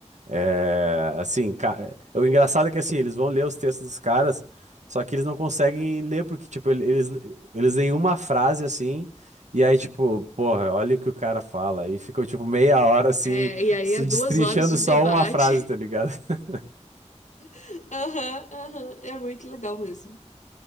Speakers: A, on the right (about 75°); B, on the left (about 90°).
A: É, assim, ca- o engraçado é que assim, eles vão ler os textos dos caras, só que eles não conseguem ler, porque, tipo, ele- eles, eles leem uma frase assim, e aí, tipo, porra, olha o que o cara fala. E ficou, tipo, meia hora assim,
B: É, e aí
A: se
B: é duas
A: destrinchando
B: horas de
A: só
B: debate.
A: uma frase, tá ligado? <laughs>
B: <laughs> Aham, aham, é muito legal mesmo.